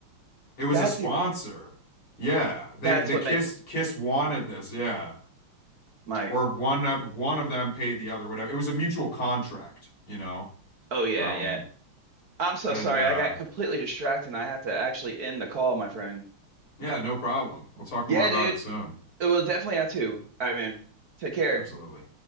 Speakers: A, on the left (about 70°); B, on the right (about 50°).
A: It was
B: that's
A: a sponsor.
B: even fu-
A: Yeah, they
B: that's
A: the
B: what
A: Kiss
B: makes
A: Kiss wanted this. Yeah,
B: my.
A: or one of one of them paid the other. Whatever. It was a mutual contract, you know.
B: Oh yeah,
A: Um,
B: yeah. I'm so
A: and
B: sorry.
A: uh,
B: I got completely distracted. and I have to actually end the call, my friend.
A: yeah, no problem. We'll talk
B: Yeah,
A: more about
B: dude.
A: it soon.
B: It will definitely have to. All right, man. Take care.
A: Absolutely.